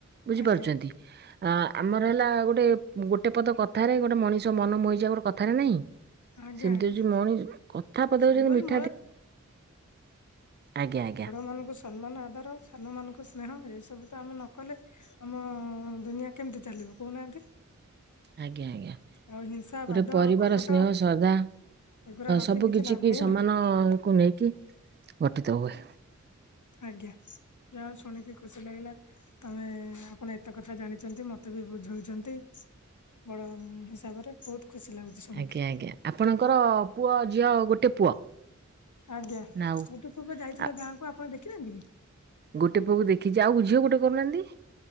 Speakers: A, on the right; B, on the left.
A: ବୁଝିପାରୁଛନ୍ତି।
B: ଆଜ୍ଞା
A: ଆମର ହେଲା ଗୋଟେ ଗୋଟେ ପଦ କଥାରେ ଗୋଟେ ମଣିଷ ମନ ମହିଯା ଗୋଟେ କଥାରେ ନାହିଁ।
B: ଆଜ୍ଞା
A: ସେମିତି
B: ଆଜ୍ଞା
A: ହଉ ଯଉ ମଣି କଥାବତା
B: ସବୁବେଳେ
A: ହଉଛନ୍ତି ମିଠ
B: ବଡ
A: ଆଜ୍ଞା ଆଜ୍ଞା
B: ମାନକୁ ସମ୍ମାନ ଆଦର ସାନମାନଙ୍କୁ ସ୍ନେହ ଏସବୁ ତ ଆମେ ନ କଲେ ଆମ ଦୁନିଆ କେମିତି ଚାଲିବ କହୁନାହାନ୍ତି।
A: ଆଜ୍ଞା ଆଜ୍ଞା
B: ଆଉ ହିଂସା
A: ଗୋଟେ
B: ବାଦ
A: ପରିବାର
B: କପଟ
A: ସ୍ନେହ ସଦା
B: ଏଗୁରା ରଖି
A: ସବୁ କିଛି
B: ଲାଭ
A: କି
B: ହିଁ
A: ସମାନ
B: ନାହିଁ
A: କ ନେଇକି ଗଠିତ ହୁଏ।
B: ଆଜ୍ଞା ଯାହା ହଉ ଶୁଣିକି ଖୁସି ଲାଗିଲା। ତମେ ଆପଣ ଏତେ କଥା ଜାଣିଛନ୍ତି ମତେ ବି ବୁଝଉଛନ୍ତି। ବଡ ହିସାବରେ ବହୁତ ଖୁସି ଲାଗୁଛି। ଶୁଣିକି
A: ଆଜ୍ଞା ଆଜ୍ଞା ଆପଣଙ୍କର ପୁଅ ଝିଅ ଗୋଟେ ପୁଅ।
B: ଆଜ୍ଞା
A: ନା ଆଉ
B: ଗୋଟିଏ ପୁଅ ଯାଇଥିଲ
A: ଆ
B: ଗାଁକୁ ଆପଣ ଦେଖିନାହାନ୍ତି କି?
A: ଗୋଟେ ପୁଅକୁ ଦେଖିଛି ଆଉଝିଅ ଗୋଟେ କରୁନାହାନ୍ତି।